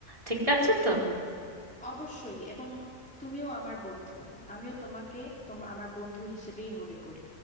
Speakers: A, on the right; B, in the centre.
A: ঠিক আছে তো
B: অবশ্যই এবং তুমিও আমার বন্ধু আমিও তোমাকে তোমার আমার বন্ধু হিসেবেই মনে করি